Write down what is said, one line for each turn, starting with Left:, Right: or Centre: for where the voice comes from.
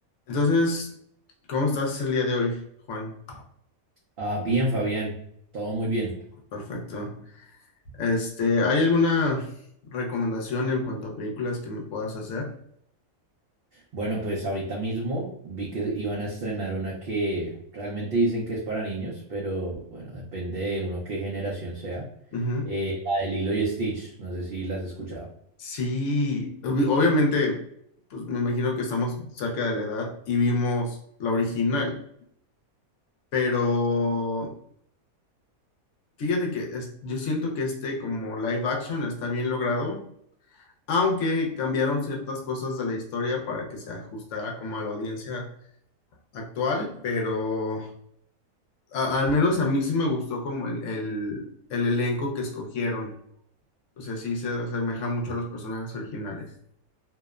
Left: Entonces, ¿cómo estás el día de hoy, Juan?
Right: Ah, bien, Fabián, todo muy bien.
Left: Perfecto. Este, ¿hay alguna recomendación en cuanto a películas que me puedas hacer?
Right: Bueno, pues ahorita mismo vi que iban a estrenar una que realmente dicen que es para niños, pero bueno, depende de uno qué generación sea.
Left: Ujú.
Right: Eh, la de Lilo y Stitch, no sé si las has escuchado.
Left: Sí, obvi- obviamente, pues me imagino que estamos cerca de la edad y vimos la original, pero fíjate que es- yo siento que este como live action está bien logrado, aunque cambiaron ciertas cosas de la historia para que se ajustara como a la audiencia actual, pero a- al menos a mí sí me gustó como el, el, el elenco que escogieron. O sea, sí se asemeja mucho
Right: Sí,
Left: a los personajes originales.